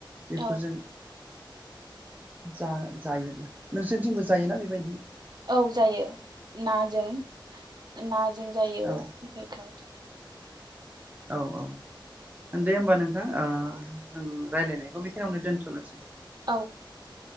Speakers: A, on the right; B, on the right.
A: बेफोरजों
B: औ
A: जा जायोब्ला नोंसोरनिथिंबो जायोना बेबायदि
B: औ जायो नाजों नाजों जायो
A: ओ
B: बेफोरखौ
A: औ औ दे होमबा नोंथां ओ जों रायज्लायनायखौ बेखिनियावनो दोनथ'नोसै
B: औ